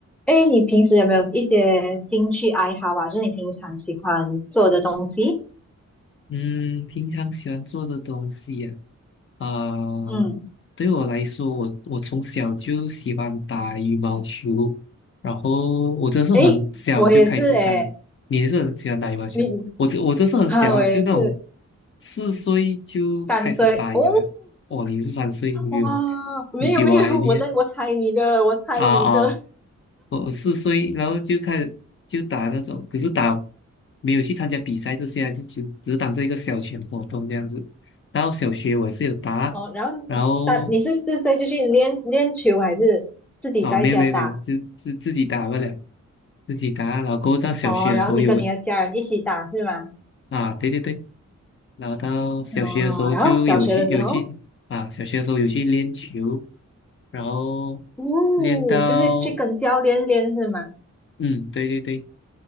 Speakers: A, in the centre; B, on the left.
A: 哎，你平时有没有一些兴趣爱好啊？就是你平常喜欢做的东西？
B: 嗯，平常喜欢做的东西呀、啊，呃对我来说，
A: 嗯，
B: 我我从小就喜欢打羽毛球，然后我真是很小就开始打。
A: 哎，我也是哎，
B: 你也是很喜欢打羽毛球？
A: 你
B: 我这我真是很小啊，
A: 哈、我也是
B: 就那种四岁就开始打羽毛。
A: 三岁哦，
B: 哦，你是三岁，你比我
A: 哇，没有没有，
B: 你比我还厉害
A: 我在我猜你的，我猜你的
B: 啊啊我四岁，然后就开始就打那种，可是打没有去参加比赛这些啊，就只只是当这一个小群活动这样子。然后小学我也是有打，
A: 哦。然后三，
B: 然后
A: 你是四岁就去练练球，还是自己在家打？
B: 啊没有没有没有，自自自己打不了，自己打。然后过后到小学的时候有
A: 哦，然后你跟你的家人一起打是吗？
B: 啊，对对对，然后到小学的时候就有去有去啊，
A: 哦，然后小学的时候，
B: 小学的时候有去练球，然后
A: 哦，
B: 练到
A: 就是去跟教练练是吗？
B: 嗯，对对对。